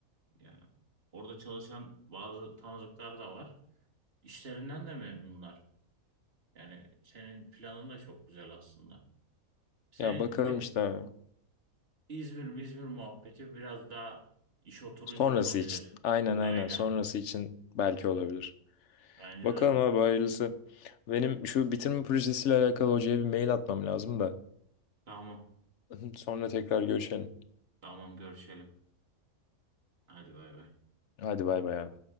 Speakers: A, on the right; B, on the left.
A: Yani orada çalışan bazı tanıdıklar da var. İşlerinden de memnunlar. Yani senin planın da çok güzel aslında. Sen
B: Ya bakalım işte abi.
A: İzmir mi İzmir muhabbeti biraz daha iş oturunca
B: Sonrası
A: olabilir.
B: için. Aynen
A: Aynen.
B: aynen. Sonrası için belki olabilir.
A: Bence
B: Bakalım
A: de.
B: abi hayırlısı. Benim şu bitirme projesiyle alakalı hocaya bir mail atmam lazım da.
A: Tamam.
B: <laughs> Sonra tekrar görüşelim.
A: Tamam görüşelim. Hadi bay bay.
B: Hadi bay bay abi.